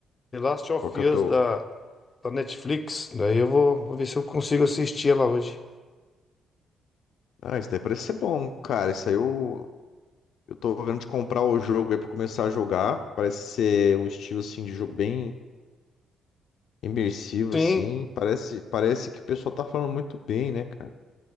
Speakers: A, on the left (about 30°); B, on the left (about 70°).
A: The Last of
B: Qual que é
A: Us
B: o teu.
A: da da Netflix. Daí eu vou, vou ver se eu consigo assistir ela hoje.
B: Ah, isso daí parece ser bom, cara. Isso aí eu, eu tô vendo de comprar o jogo aí pra começar a jogar. Parece ser um estilo assim de jogo bem imersivo,
A: Sim,
B: assim. Parece, parece que o pessoal tá falando muito bem, né, cara?